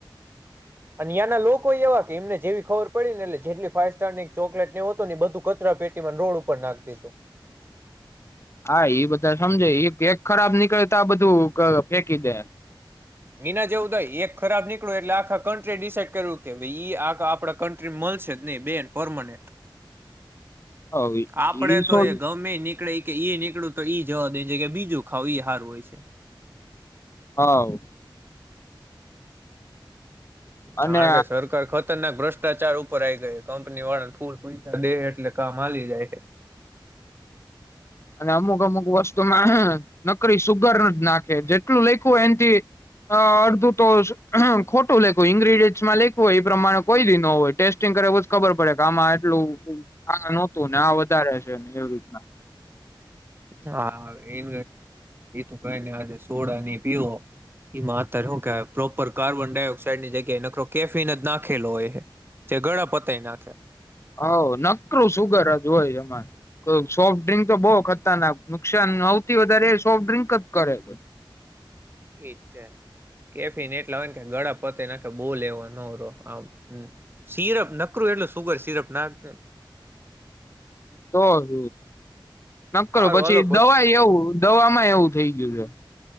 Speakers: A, on the right; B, on the left.
A: અિયાં ના લોકો એવા કે એમને. જેવી ખબર પડી ને એટલે જેટલી ફાઈવ સ્ટાર ની ચોકલેટ એવ હતો ને એ બધું કચરા પેટીમાં રોડ ઉપર નાખતી.
B: હા એ બધા સમજે એ કેક ખરાબ નીકળે તો આ બધું ફેંકી દે.
A: એના જેવું થાય એક ખરાબ નીકળ્યું એટલે આખા કન્ટ્રીએ ડિસાઈડ કર્યું કે ઈ આ આપડા કન્ટ્રી મળશે જ નહી બે પરમાનેન્ટ.
B: હ
A: આપડે
B: ઈ
A: તો
B: સો
A: એ ગમેય નીકળી. કે ઈ નીકળું તો ઈ જવા દે છે કે બીજું ખાવ ઈ હારું હોય છે.
B: હા. અને
A: કારણ કે સરકાર ખત. ર ના ભ્રષ્ટાચાર ઉપર આઈ ગયા કંપની વાળાને થૂર પૈસા દે એટલે કામ હલી જાય છે.
B: અને અમુક અમુક વસ્તુમાં નકરી સુુગર જ નાખે જેટલું લેખું હોય એથી અડધું તો ખોટું લેખું હોય ઈન્ગ્રીડિયન્ટમાં લેખું હોય એ પ્રમાણે કોઈ બી ન હોય ટેસ્ટિંગ કરેવ જ ખબર પડે કે આમાં આટલું આ નહોતું ને આ વધારે છેને. એવી રીતના,
A: હા એ. ક સોડા ની પીવો એમાં અત્યારે શું કે પ્રોપર કાર્બન ડાયોક્સાઈડની જગ્યાએ નખ કેફિન જ નાખેલો હોય જે ગળ પતાય નાખ્યા.
B: હ નકરું સુગરજ હોય એમાં સોફ્ટ ડ્રિંક તો બહ ખતરનાક નુકસાન સવથી વધારે એ સોફ્ટ ડ્રિંક જ કરે છે.
A: એ કેફિન એટલા હોય ને કે ગળા પતે નાખ બોલેવા નરો આમ સિરપ નકરું એટલું સુગર સિરપ નાખ.
B: તો હ. નક્ કરો
A: હારું
B: પછી
A: હાલો
B: દવા એવું દમાં એવું. થઈ ગયું છે.